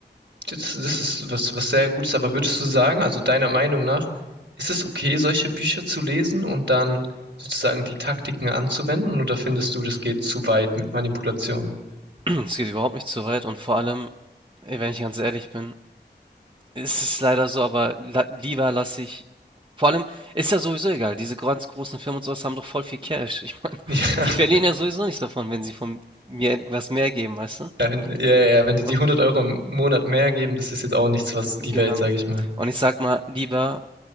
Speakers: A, on the right; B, on the right.
A: Das, das ist was, was sehr Gutes, aber würdest du sagen, also deiner Meinung nach, ist es okay, solche Bücher zu lesen und dann sozusagen die Taktiken anzuwenden, oder findest du, das geht zu weit mit Manipulation?
B: <clears throat> Es geht überhaupt nicht zu weit und vor allem, ey, wenn ich ganz ehrlich bin Es ist es leider so, aber la lieber lasse ich vor allem ist ja sowieso egal. Diese ganz großen Firmen und sowas haben doch voll viel Cash. Ich meine, <laughs>
A: <laughs>
B: die verlieren ja sowieso nicht davon, wenn sie von mir etwas mehr geben, weißt du?
A: Ja, ja, wenn- ja, ja, ja, wenn die die
B: Und
A: hundert Euro im Monat mehr geben, das ist jetzt auch nichts, was
B: genau.
A: die Welt, sage ich mal.
B: Und ich sag mal, lieber